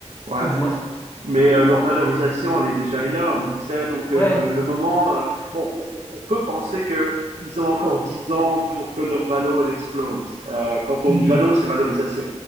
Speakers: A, on the right; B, on the left.
A: ouais.
B: pour voir.
A: Mais euh, leur valorisation, elle est déjà énorme, tu sais. Donc, euh,
B: Ouais.
A: le moment... euh, bon, on, on- on peut penser que ils ont encore 10 ans pour que leur valo, elle explose. Euh, quand on
B: Mhm.
A: dit valo, c'est valorisation.